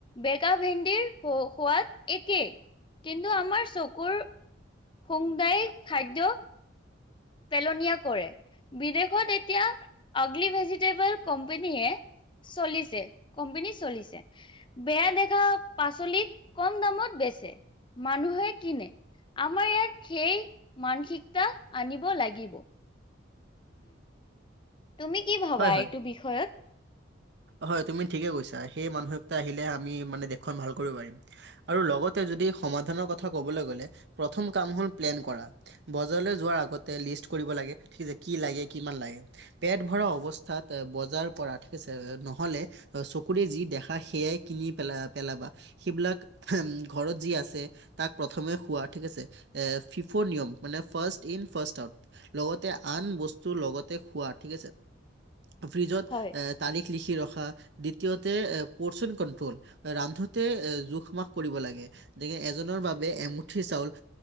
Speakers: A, on the left (about 25°); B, on the right (about 60°).
A: বেকা ভেন্দিৰ সোৱাদ একেই। কিন্তু আমাৰ চকুৰ হোমদায়ী খাদ্য। পেলনীয়া কৰে, বিদেশত এতিয়া আগলি ভেজিটেবল কম্পেনীয়ে চলিছে, কম্পেনী চলিছে। বেয়া দেখা পাচলি কম দামত বেচে, মানুহে কিনে। আমাৰ ইয়াত সেই মানসিকতা আনিব লাগিব। তুমি কি ভাবা
B: হয় হয়
A: এইটো বিষয়ত?
B: হয়, তুমি ঠিকে কৈছা। সেই মানসিকটা আহিলে আমি মানে দেশখন ভাল কৰিব পাৰিম। আৰু লগতে যদি সমাধানৰ কথা কবলৈ গ'লে প্ৰথম কাম হ'ল প্লেন কৰা। বজাৰলৈ যোৱাৰ আগতে লিষ্ট কৰিব লাগে, কি লাগে, কিমান লাগে। পেট ভৰা অৱস্থাত বজাৰ কৰা থিক আছে। নহলে চকুৰে যি দেখা সেয়াই কিনি পেলা পেলাবা। সেইবিলাক উমঁ' ঘৰত যি আছে তাক প্ৰথমে খোৱা ঠিক আছে। ফিফ' নিয়ম মানে ফাৰ্ষ্ট ইন ফাৰ্ষ্ট আউট, লগতে আন বস্তুৰ লগতে খোৱাত। ফ্ৰিজত
A: হয়?
B: এ তাৰিখ লিখি ৰখা, দ্বিতীয়তে পৰ্চন কণ্ট্ৰল। ৰান্ধোতে এ জোখ মাখ কৰিব লাগে! গতিকে এজনৰ বাবে এমুঠি চাউল